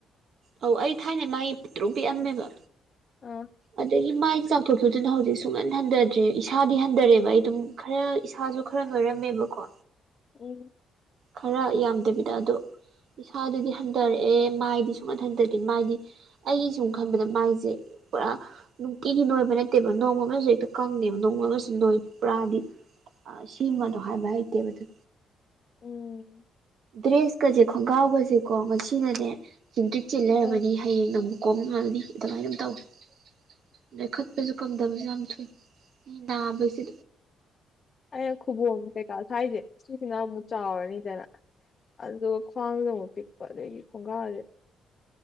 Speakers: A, on the right; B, on the left.
A: ꯑꯧ ꯑꯩ ꯊꯥꯏꯅ ꯃꯥꯥꯏ ꯇꯔꯨꯛ ꯄꯤꯛꯑꯝꯃꯦꯕ
B: ꯑꯣ
A: ꯑꯗꯒꯤ ꯃꯥꯏ ꯆꯥꯎꯥꯛꯊꯣꯛꯄꯗꯨꯅ ꯍꯧꯖꯤꯛ ꯁꯨꯡꯍꯟ ꯍꯟꯊꯗ꯭ꯔꯦ ꯏꯁꯥꯗꯤ ꯍꯟꯊꯔꯦꯕ ꯑꯩ ꯑꯗꯨꯝ ꯈꯔ ꯏꯁꯥꯁꯨ ꯈꯔ ꯂꯣꯏꯔꯝꯃꯦꯕꯀꯣ
B: ꯑꯦ
A: ꯈꯔ ꯌꯥꯝꯗꯕꯤꯗ ꯑꯗꯣ ꯏꯁꯥꯗꯨꯗꯤ ꯍꯟꯊꯔꯛꯑꯦ ꯃꯥꯏꯗꯤ ꯁꯨꯍꯥꯏꯟ ꯍꯟꯊꯗꯦ ꯃꯥꯏꯗꯤ ꯑꯩꯒꯤ ꯁꯨꯝ ꯈꯟꯕꯗ ꯃꯥꯏꯁꯦ ꯄꯨꯔꯥ ꯅꯨꯡꯇꯤꯒꯤ ꯅꯣꯏꯕ ꯅꯠꯇꯦꯕ ꯅꯣꯡꯃ ꯑꯃꯁꯨ ꯍꯦꯛꯇ ꯀꯪꯉꯦꯕ ꯅꯣꯡꯃ ꯑꯃꯁꯨ ꯅꯣꯏ ꯄꯨꯔꯥꯗꯤ ꯁꯤꯃꯗꯣ ꯍꯥꯏꯕ ꯍꯩꯇꯦꯕ ꯑꯗꯨ
B: ꯎꯝ
A: ꯗ꯭ꯔꯦꯁꯀꯁꯦ ꯈꯣꯡꯒ꯭ꯔꯥꯎꯒꯁꯦꯀꯣ ꯉꯁꯤꯅꯅꯦ ꯆꯤꯟꯇ꯭ꯔꯤꯛ ꯆꯤꯂꯔꯕꯅꯤ
B: ꯑꯥ
A: ꯍꯌꯦꯡ ꯅꯪꯕꯨ ꯀꯣꯕ ꯃꯥꯜꯗꯤ ꯑꯗꯨꯃꯥꯏꯅ ꯑꯗꯨꯝ ꯇꯧꯋꯤ ꯑꯗꯩ ꯈꯠꯄꯁꯨ ꯀꯝꯗꯕꯁꯨ ꯌꯥꯝ ꯊꯨꯏ ꯅꯥꯕꯁꯤ
B: ꯑ ꯈꯨꯕ ꯑꯝꯇꯦꯀꯥꯜ ꯍꯥꯏꯥꯏꯖꯦ ꯁꯤꯁꯤꯅ ꯑꯃꯨꯛ ꯆꯥꯎꯔꯅꯤꯗꯅ ꯑꯗꯨꯗꯨꯒ ꯈ꯭ꯋꯥꯡꯗꯨꯗ ꯑꯃꯨꯛ ꯄꯤꯛꯄ ꯑꯗꯒꯤ ꯈꯣꯡꯒꯥ꯭ꯔꯁꯦ